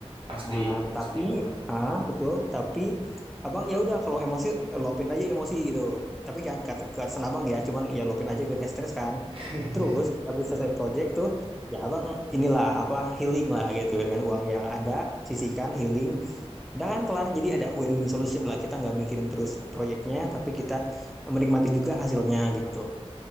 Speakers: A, on the right; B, in the centre.
A: pasti
B: Nah,
A: itu pasti
B: tapi
A: bang
B: ah betul, tapi Abang ya udah kalau emosi luapin aja emosi gitu. Tapi jangan ke, ke atasan Abang ya, cuman ya luapin aja biar nggak stres kan.
A: <laughs>
B: Terus habis selesai project tuh ya Abang inilah apa healing lah gitu dengan uang yang ada sisihkan healing. Udah kan kelar jadi ada win-win solution lah. Kita nggak mikirin terus proyeknya tapi kita menikmati juga hasilnya gitu.